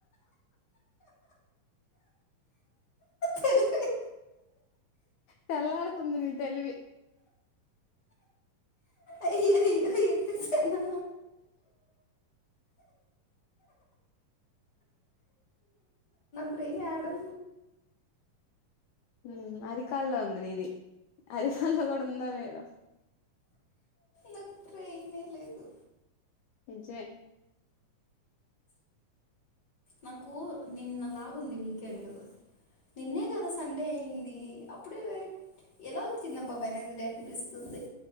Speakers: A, on the left (about 30°); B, on the left (about 75°).
A: తెలివి
B: తెల్లారుతుంది నీ తెలివి
A: అయ్యో అయ్యో ఎత్తేసానా ఏం కాడు
B: ఉమ్ అరికాల్లో ఉంది నీది అరికాల్లో కూడా ఉందో లేదో
A: నాకు బ్రెయినే లేదు
B: నిజమే
A: నాకు నిన్నలాగ ఉంది వీకెండ్ నిన్నే కదా సండే అయింది అప్పుడే ఎలా వచ్చిందబ్బా నేదిడే అనిపిస్తుంది